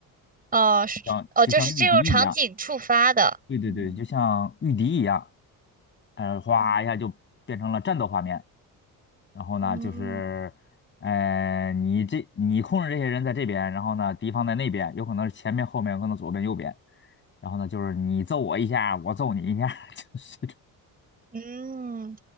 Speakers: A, on the right; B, on the left.
A: 哦是哦，
B: 像就像御敌一样。
A: 就是进入场景触发的。
B: 对对对，
A: 嗯
B: 就像御敌一样，呃，哗一下就变成了战斗画面。
A: 嗯
B: 然后呢，
A: 嗯，
B: 就是，呃，你这你控制这些人在这边，然后呢，敌方在那边，有可能是前面、后面，有可能左边、右边。然后呢，就是你揍我一下，我揍你一下，<laughs> 就是这种。
A: 嗯，